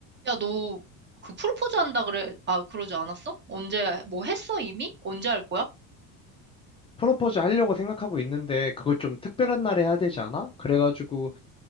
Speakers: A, on the right; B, on the left.
A: 야, 너 그 프로포즈 한다 그래. 아, 그러지 않았어? 언제 뭐 했어 이미? 언제 할 거야?
B: 프로포즈 하려고 생각하고 있는데 그걸 좀 특별한 날에 해야 되지 않아? 그래가지고